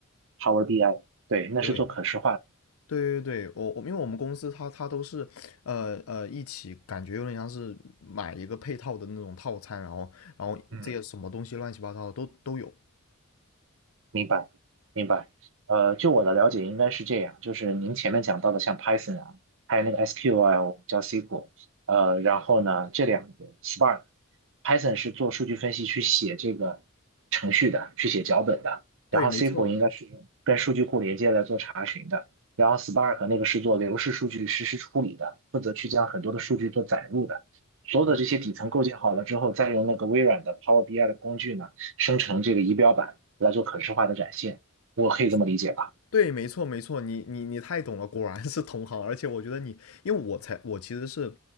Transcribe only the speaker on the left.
对嗯对对对，我我因为我们公司它它都是呃呃一起，感觉有点像是买一个配套的那种套餐，然后然后这些什么东西乱七八糟的都都有。
对，
没错，
对，
没错。对，没错，没错，你你你太懂了，果然是同行。而且我觉得你，因为我才，我其实是，